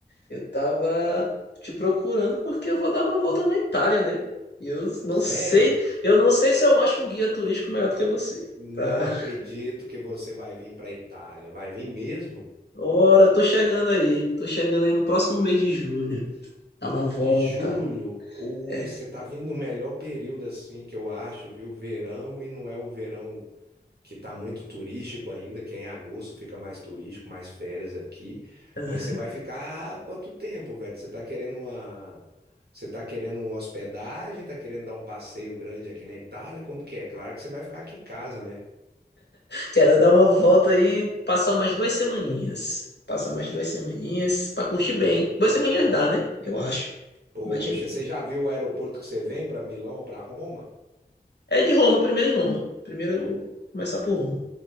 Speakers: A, on the left (about 80°); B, on the right (about 70°).
A: Eu tava te procurando porque eu vou dar uma volta na Itália, né? E eu não
B: Sério?
A: sei, eu não sei se eu acho um guia turístico melhor do que você.
B: Não
A: Pra...
B: acredito
A: <laughs>
B: que você vai vir para a Itália. Vai vir mesmo?
A: Ora, tô chegando aí, tô chegando aí no próximo mês de julho. Dar uma volta.
B: De julho? Ou
A: É.
B: você tá vindo no melhor período assim que eu acho, viu? Verão e não é o verão que tá muito turístico ainda, que é em agosto fica mais turístico, mais férias aqui.
A: Aham.
B: Mas você vai ficar quanto tempo, velho? Você tá querendo uma. Você tá querendo uma hospedagem, tá querendo dar um passeio grande aqui na Itália? Como que é? Claro que você vai ficar aqui em casa, né?
A: Quero dar uma volta aí, passar umas duas semaninhas. Passar umas duas semaninhas pra curtir bem. Duas semaninhas dá, né? Eu acho.
B: Poxa,
A: Mas
B: você já viu o aeroporto que você vem para Milão ou para Roma?
A: É de Roma, primeiro em Roma. Primeiro eu vou começar por Roma.